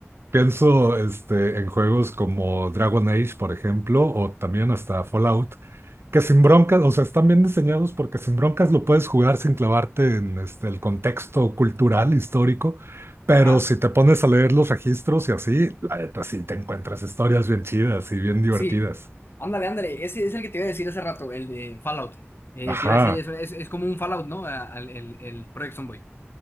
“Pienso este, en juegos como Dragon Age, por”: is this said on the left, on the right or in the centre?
Right